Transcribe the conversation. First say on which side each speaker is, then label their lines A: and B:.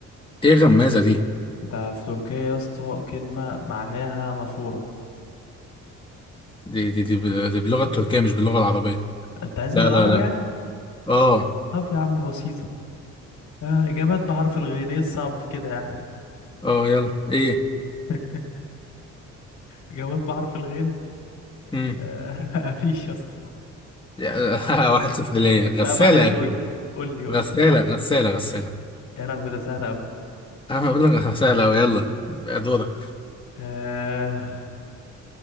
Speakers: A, on the left (about 15°); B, on the left (about 65°).
A: ايه غمازة دي
B: ده في تركيا يا اسطى كلمه معناها نافوره
A: دي دي دي, ب- دي باللغة التركية مش باللغة العربية
B: انت عايزها
A: لا
B: بالعربي
A: لا لا
B: يعني
A: اه
B: طب يا عم بسيطه آه... جماد بحرف الغين ايه الصعب في كده يعني
A: اه يلا ايه
B: <laughs> جماد بحرف الغين
A: امم
B: آه... <laughs> مفيش يا اسطى
A: <laughs> واحد صفر ليا غسالة
B: لا معلش
A: يا بيه
B: قول لي قول لي قول
A: غسالة
B: لي
A: غسالة غسالة
B: يا لهوي ده سهل أوي
A: انا بقول لك غسالة ويلا دورك
B: آه...